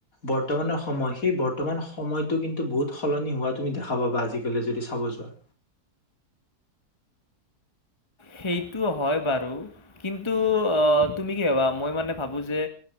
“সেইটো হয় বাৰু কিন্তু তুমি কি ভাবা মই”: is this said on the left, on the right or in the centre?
Left